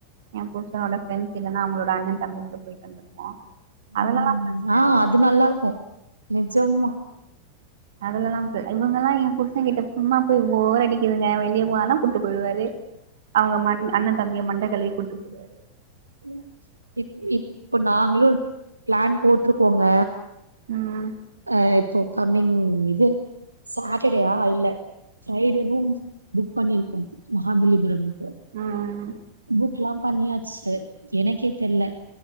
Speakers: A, on the right; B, on the right.
A: எ புர்சனோட ப்ரெண்ட்ஸ் இல்லனா அவங்களோட அண்ணன் தம்பி கூட போய்ட்டு வந்துருவோ அதுலல்லா
B: ம்
A: பிரச்சன
B: ஆ
A: இல்ல
B: அது நல்லாருக்கு நெஜமா
A: அதுலெல்லா ப இவங்கல்லா எ புருச கிட்ட சும்மாபோய் போர் அடிக்குதுங்க வெளியே போலான்னா கூட்டு போய்ருவாரு அவங்க மண் அண்ணன் தம்பிய மண்ட கழுவி கூட்டு போய்ருவாரு
B: <inaudible> இப் இப் ப்ப நாங்களு பிளான் போட்ருக்கோங்க
A: ம்
B: அ இப்போ கம்மிங் இது சாட்டடேயா இல்ல சைடு ரூம் புக் பண்ணிருக்கோ மகாபலிபுரம்க்கு
A: ம்
B: புக்லா பண்ணியாச்சு எனக்கே தெர்ல்ல